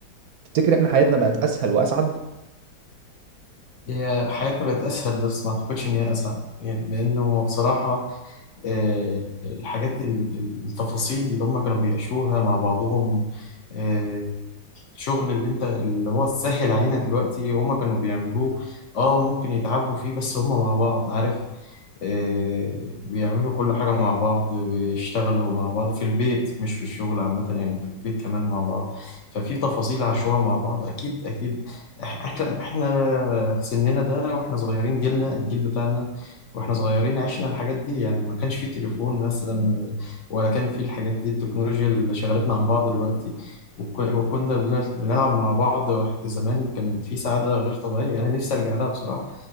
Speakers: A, on the right (about 65°); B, on the left (about 50°).
A: تفتكر احنا حياتنا بقت اسهل واسعد
B: هي حياتنا بقت أسهل بس ما أعتقدش إن هي أسعد يعني لأنه بصراحة آه، الحاجات ال- التفاصيل اللي هم كانوا بيعيشوها مع بعضهم آه، الشغل اللي انت اللي هو سهل علينا دلوقتي هم كانوا بيعملوه اه ممكن يتعبوا فيه بس هم مع بعض عارف إيه، بيعملوا كل حاجة مع بعض بيشتغلوا مع بعض في البيت مش في الشغل عامة يعني في البيت كمان مع بعض ففي تفاصيل عاشوها مع بعض أكيد أكيد إح- إحنا إحنا في سننا ده وإحنا صغيرين جيلنا الجيل بتاعنا وإحنا صغيرين عشنا الحاجات دي يعني ما كانش فيه تليفون مثلا ولا كان فيه الحاجات دي التكنولوجيا اللي شغلتنا عن بعض دلوقتي وك- وكنا بنل- بنلعب مع بعض زمان كان في سعادة غير طبيعية أنا نفسي أرجع لها بصراحة